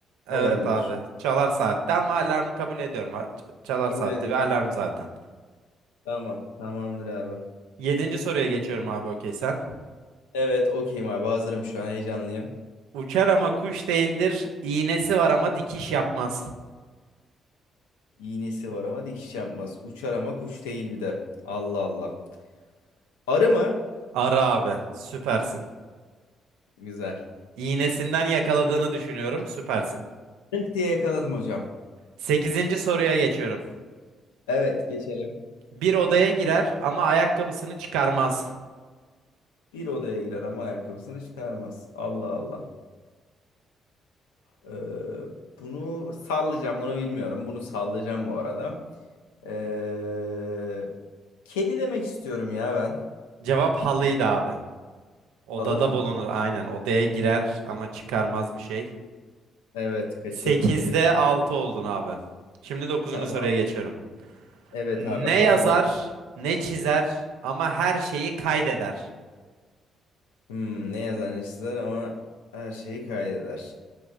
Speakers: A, on the right; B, on the left.
A: Evet
B: olabilir.
A: abi. Çalar saatte ama alarmı kabul ediyorum. Ha, ç- Çalar
B: Kabul
A: saatte
B: ediyorum.
A: bir alarm zaten.
B: Tamam. Tamamdır abi.
A: Yedinci soruya geçiyorum abi okey sen.
B: Evet okeyim abi hazırım şu an heyecanlıyım.
A: Uçar ama kuş değildir. İğnesi var ama dikiş yapmaz.
B: İğnesi var ama dikiş yapmaz. Uçar ama kuş değil bir de. Allah Allah. Arı mı?
A: Ara abi. Süpersin.
B: Güzel.
A: İğnesinden yakaladığını düşünüyorum. Süpersin.
B: Rınk diye yakaladım hocam.
A: Sekizinci soruya geçiyorum.
B: Evet geçelim.
A: Bir odaya girer ama ayakkabısını çıkarmaz.
B: Bir odaya girer ama ayakkabısını çıkarmaz. Allah Allah. Ee, bunu sallayacağım, bunu bilmiyorum. Bunu sallayacağım bu arada. Ee, kedi demek istiyorum ya ben.
A: Cevap halıydı abi. Odada
B: Halı mı?
A: bulunur aynen. Odaya girer ama çıkarmaz bir şey.
B: Evet, kaçırdım,
A: Sekizde
B: kaçırdım.
A: altı oldun abi. Şimdi dokuzuncu
B: Tamam.
A: soruya geçiyorum.
B: Evet
A: Ne
B: abi hazırım.
A: yazar, ne çizer ama her şeyi kaydeder.
B: Hmm, ne yazar ne çizer ama her şeyi kaydeder.